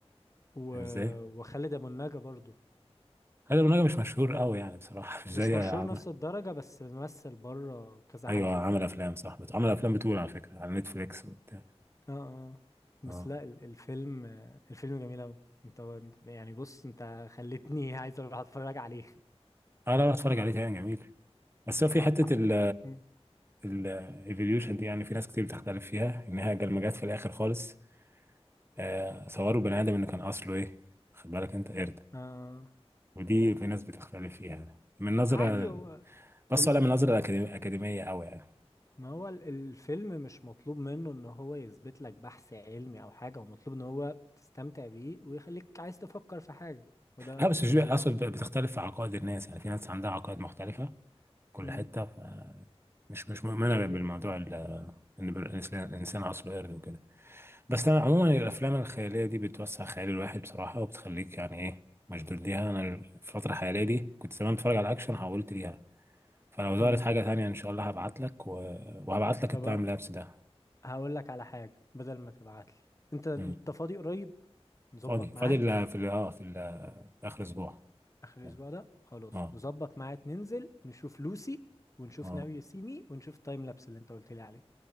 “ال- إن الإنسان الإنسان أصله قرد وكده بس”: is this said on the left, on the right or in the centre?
Right